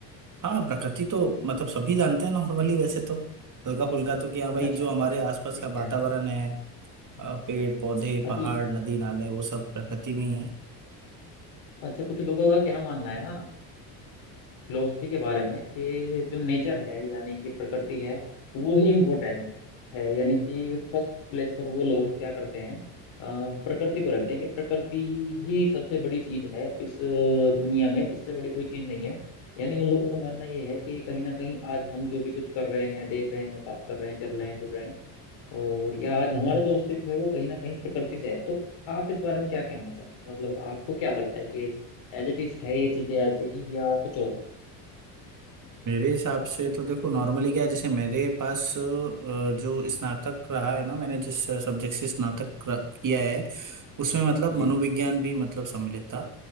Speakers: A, on the right; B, on the left.
A: हाँ प्रकृति तो मतलब सभी जानते हैं नॉर्मली वैसे तो हल्का फुल्का तो कि हाँ भाई
B: अच्छा
A: जो हमारे आसपास
B: ठीक
A: का
B: है
A: वातावरण है
B: हम्म,
A: अ, पेड़ पौधे
B: अच्छा
A: पहाड़ नदी नाले वो सब प्रकृति में ही है
B: अच्छा कुछ लोगों का क्या मानना है ना फिलोसफी के बारे में कि जो नेचर है यानी कि प्रकृति है वो ही इम्पोर्टेंट है यानी कि फर्स्ट प्लेस पर वो लोग क्या करते हैं अ, प्रकृति को रखते हैं कि प्रकृति ही सबसे बड़ी चीज है इस अ, दुनिया में इससे बड़ी कोई चीज नहीं है यानी उन लोगों का मानना ये है कि कहीं ना कहीं आज हम जो भी कुछ कर रहे हैं देख रहे हैं बात कर रहे हैं चल रहे हैं फिर रहे हैं और या आज हमारा जो अस्तित्व है वो कहीं ना कहीं प्रकृति से है तो आप इस बारे में क्या कहना चाहेंगे मतलब आपको क्या लगता है कि एज इट इज है ये चीजें ऐसे ही या कुछ और है
A: मेरे हिसाब से तो देखो नॉर्मली क्या है जैसे मेरे पास अ, जो स्नातक रहा है ना मैंने जिस सब्जेक्ट से स्नातक कर- किया है उसमें मतलब
B: जी
A: मनोविज्ञान भी मतलब सम्मिलित था